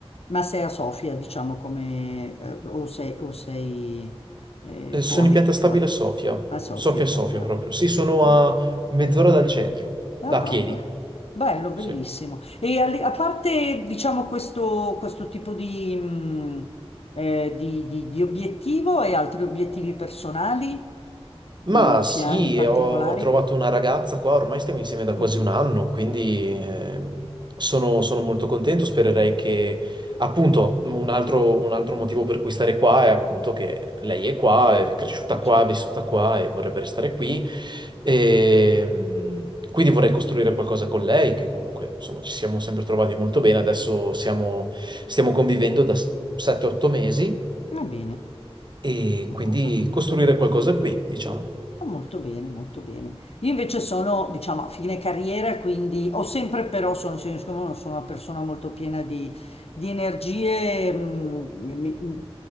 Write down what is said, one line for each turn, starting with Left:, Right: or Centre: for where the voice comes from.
Left: Ma sei a Sofia, diciamo, come, eh, o sei, o sei, eh,
Right: Eh,
Left: fuori,
Right: sono in pianta
Left: fuori.
Right: stabile a Sofia,
Left: A Sofia,
Right: Sofia,
Left: bello.
Right: Sofia
Left: ah,
Right: proprio. Sì, sono
Left: ah.
Right: a mezz'ora dal centro,
Left: Ah,
Right: da
Left: proprio.
Right: piedi,
Left: Bello, bellissimo.
Right: sì.
Left: E al- a, parte, diciamo, questo, questo tipo di, mh, eh, di- di- di obiettivo e altri obiettivi personali, mh,
Right: Ma sì,
Left: piani particolari?
Right: ho, ho trovato una ragazza qua, ormai stiamo insieme da quasi
Left: Mhm.
Right: un anno, quindi ehm, sono, sono molto contento. Spererei che, appunto, un altro, un altro motivo per cui stare qua è appunto che lei è qua, è cresciuta
Left: Eh,
Right: qua,
Left: certo.
Right: è vissuta qua e vorrebbe restare qui. E, mm, quindi vorrei costruire qualcosa con lei, che comunque, insomma, ci siamo sempre trovati molto bene. Adesso siamo, stiamo convivendo da 7-8 mesi
Left: Va bene,
Right: e
Left: una
Right: quindi
Left: cosa rapida.
Right: costruire qualcosa qui, diciamo.
Left: Ah, Molto bene, molto bene. Io invece sono, diciamo, a fine carriera, quindi ho sempre però, sono, sono siccome sono una persona molto piena di, di energie, mm, mi- mm,